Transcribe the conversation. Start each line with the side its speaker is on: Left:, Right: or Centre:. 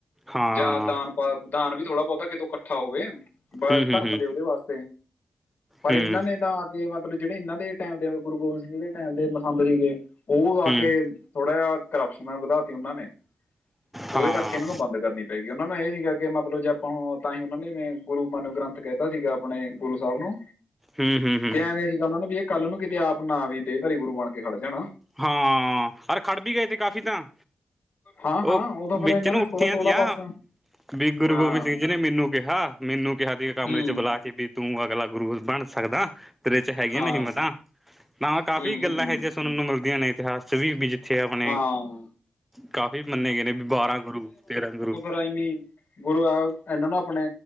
Centre: ਹਾਂ
Left: ਜਾਂ ਦਾਨ ਪਾ ਦਾਨ ਵੀ ਥੋੜ੍ਹਾ ਬੋਤਾ ਕਿਤੋਂ ਇਕੱਠਾ ਹੋਵੇ ਬ
Centre: ਹੂੰ ਹੂੰ
Left: ਧਰਮ
Centre: ਹੂੰ
Left: ਦੇ ਉਹਦੇ ਵਾਸਤੇ ਪਰ
Centre: ਹੂੰ
Left: ਇਹਨਾਂ ਨੇ ਤਾਂ ਮਤਲਬ ਜਿਹੜੇ ਇਹਨਾਂ ਦੇ ਟਾਈਮ ਦੇ ਗੁਰੂ ਗੋਬਿੰਦ ਸਿੰਘ ਜੀ ਦੇ ਟੈਮ ਦੇ ਮਸੰਦ ਸੀਗੇ ਉਹ ਆ ਕੇ
Centre: ਹੂੰ
Left: ਥੋੜ੍ਹਾ ਜਿਹਾ ਕਰਪਸ਼ਨ ਵਧਾ ਤੀ ਉਹਨਾਂ ਨੇ, ਉਹਦੇ
Centre: ਹਾਂ
Left: ਕਰਕੇ ਇਹਨਾਂ ਨੂੰ ਬੰਦ ਕਰਨੀ ਪ ਪੈਗੀ ਉਹਨਾਂ ਨੂੰ ਇਹ ਸੀਗਾ ਕਿ ਮਤਲਬ ਜੇ ਆਪਾਂ ਹੁਣ ਤਾਂ ਹੀ ਉਹਨਾਂ ਨੇ ਵੀ ਗੁਰੂ ਮਨੋ ਗ੍ਰੰਥ ਕਹਿਤਾ ਸੀਗਾ। ਆਪਣੇ ਗੁਰੂ ਸਾਹਿਬ ਨੂੰ,
Centre: ਹੂੰ ਹੂੰ ਹੂੰ
Left: ਕਿ ਐਵੇਂ ਸੀਗਾ ਉਹਨਾਂ ਨੂੰ ਵੀ ਇੱਕ ਕੱਲ ਨੂੰ ਕਿਤੇ ਆਪ ਨਾ ਵੀ ਦੇ ਤਾਰੀ ਗੁਰੂ ਬਣ ਕੇ ਖੜ ਜਾਣ।
Centre: ਹਾਂ ਅਰ ਖੜ ਵੀ ਗਏ ਤੇ ਕਾਫ਼ੀ ਤਾਂ।
Left: ਹਾਂ ਹਾਂ
Centre: ਉਹ
Left: ਉਦੋਂ ਫਿਰ
Centre: ਵਿੱਚ
Left: ਇਹਨਾਂ
Centre: ਨੂੰ
Left: ਨੇ
Centre: ਉੱਠੀਆਂ
Left: ਥੋੜਾ ਥੋੜਾ
Centre: ਤੀਆ।
Left: ਬਸ
Centre: ਵੀ ਗੁਰੂ
Left: ਹਾਂ
Centre: ਗੋਬਿੰਦ ਸਿੰਘ ਜੀ ਨੇ ਮੈਨੂੰ ਕਿਹਾ ਮੈਨੂੰ ਕਿਹਾ ਤ ਕਮਰੇ
Left: ਹੂੰ
Centre: ਚ ਬੁਲਾ ਕੇ ਵੀ ਤੂੰ ਅਗਲਾ ਗੁਰੂ ਬਣ ਸਕਦਾ ਤੇਰੇ ਚ ਹੈਗੀਆਂ,
Left: ਹਾਂ
Centre: ਨਹੀਂਮਤਾਂ ਤਾ
Left: ਹੂੰ
Centre: ਕਾਫ਼ੀ
Left: ਹੂੰ,
Centre: ਗੱਲਾਂ
Left: ਹੂੰ
Centre: ਇਹ ਜੀਆ ਸੁਣਨ ਨੂੰ ਮ ਨੇ ਇਤਿਹਾਸ ਵੀ ਜਿੱਥੇ ਆਪਣੇ
Left: ਹਾਂ
Centre: ਕਾਫੀ ਮੰਨੇ ਗਏ ਨੇ ਵੀ ਬਾਰਾਂ ਗੁਰੂ ਤੇਰਾਂ ਗੁਰੂ
Left: ਤਾਈਮੀਨ ਗੁਰੂ ਐ ਇਹਨਾਂ ਨੂੰ ਆਪਣੇ